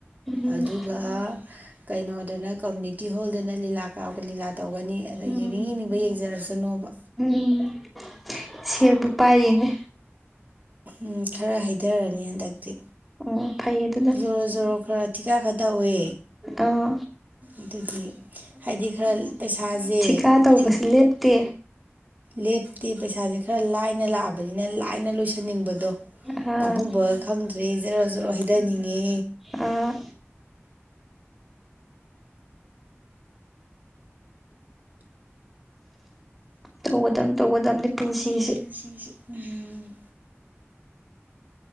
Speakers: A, in the centre; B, on the right.
A: ꯎꯝ
B: ꯑꯗꯨꯒ ꯀꯩꯅꯣꯗꯅ ꯀꯝꯃꯨꯅꯤꯇꯤ ꯍꯣꯜꯗꯅ ꯂꯤꯂꯥ ꯀꯥꯎꯒ ꯂꯤꯂꯥ ꯇꯧꯒꯅꯤ ꯑꯗꯥ
A: ꯎꯝ
B: ꯌꯦꯡꯅꯤꯡ ꯌꯦꯡꯅꯤꯡꯕ ꯌꯦꯡꯖꯔꯁꯅꯣꯕ
A: ꯎꯝ ꯁꯦꯜꯕꯨ ꯄꯥꯏꯔꯤꯅꯦ
B: ꯎꯝ ꯈꯔ ꯍꯩꯗꯔꯅꯤ ꯍꯟꯗꯛꯇꯤ
A: ꯑꯣ ꯐꯩ ꯑꯗꯨꯅ
B: ꯖꯣꯔꯣ ꯖꯣꯔꯣ ꯑ ꯊꯤꯀꯥ ꯈꯥ ꯇꯧꯋꯦ
A: ꯑꯣ
B: ꯑꯗꯨꯒꯤ ꯍꯥꯏꯗꯤ ꯈꯔ ꯄꯩꯁꯥꯖꯦ
A: ꯊꯤꯀꯥ ꯇꯧꯕꯁꯦ
B: ꯊꯤꯛ
A: ꯂꯦꯞꯇꯦ
B: ꯂꯦꯞꯇꯦ ꯄꯩꯁꯥꯖꯦ ꯈꯔ ꯂꯥꯏꯅ ꯂꯥꯛꯑꯕꯅꯤꯅ ꯂꯥꯏꯅ ꯂꯣꯏꯁꯟꯅꯤꯡꯕꯗꯣ
A: ꯑꯥ
B: ꯄꯥꯝꯃꯨꯕꯒ ꯈꯪꯗ꯭ꯔꯦ ꯖꯦꯔꯣ ꯖꯦꯔꯣ ꯍꯩꯗꯅꯤꯡꯉꯦ
A: ꯎꯝ ꯇꯧꯒꯗꯝꯅꯤ ꯇꯧꯒꯗꯝꯅꯤ ꯄꯨꯟꯁꯤꯁꯦ
B: ꯗꯝꯅꯤ ꯄꯨꯟꯁꯤꯁꯤ ꯎꯝ